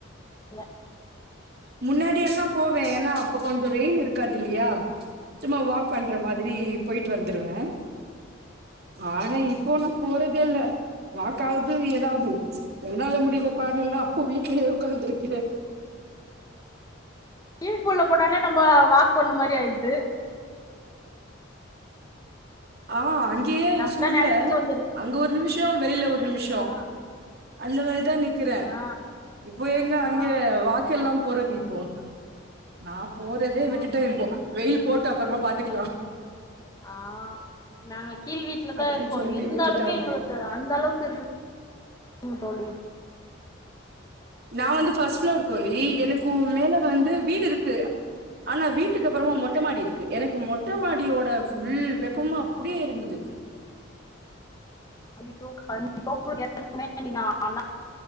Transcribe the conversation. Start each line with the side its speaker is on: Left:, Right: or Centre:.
Left: <unintelligible>
Right: முன்னாடியெல்லாம் போவேன் ஏன்னா அப்ப கொஞ்சோ வெயில் இருக்காது இல்லியா சும்மா வாக் பண்ற மாதிரி போயிட்டு வந்துருவேன் ஆனா இப் போணும் போறதே இல்ல வாக்காவது எதாவது என்னால முடியல பாருன்ன அப்போ வீட்டுலயே உட்காந்துருக்கேன்
Left: வீட்டுக்குள்ள போனாலே நம்ம வா போன மாதிரி ஆயிருது
Right: ஆ அங்கேயே
Left: நம்மளா
Right: ஸ்கூல்ல
Left: நெனச்சிட்டு வந்துறோ
Right: அங்க ஒரு நிமிஷம் வெளியில ஒரு நிமிஷம்
Left: ஆ
Right: அந்த மாதிரி தான் நி நிக்கிறேன்
Left: ஆ
Right: இப்ப எங்கே அங்கே
Left: ஆ
Right: வாக்கெல்லாம் போறதிப்போ நான் போறதே
Left: போ
Right: விட்டுட்டேன்
Left: முடியாது
Right: இப்போ வெயில் போட் விடடா அப்பறமா பாத்துக்கலாம்
Left: ஆ, நாங்க கீழ் வீட்லதா
Right: அப்டின்னு
Left: இருக்கோ
Right: சொல்லி
Left: இருந்தாலுமே
Right: விட்டுட்டே அப்டி
Left: எங்களுக்கு அந்த அளவுக்கு இருக்குங் தோழி
Right: நா வந்து ஃபஸ்ட் ஃப்ளோர் தோழி எனக்கு மேல வந்து வீ டு இருக்கு ஆனா வீ டுக்கு அப்பறமா மொட்ட மாடி இருக்கு எனக்கு மொட்ட மாடியோட ஃபுல் வெப்பமு அப்டியே எறங்குது
Left: ஐயோ கண்டிப்பா உங்களுக்கு ஏறங்குமே நீங்க ஆனா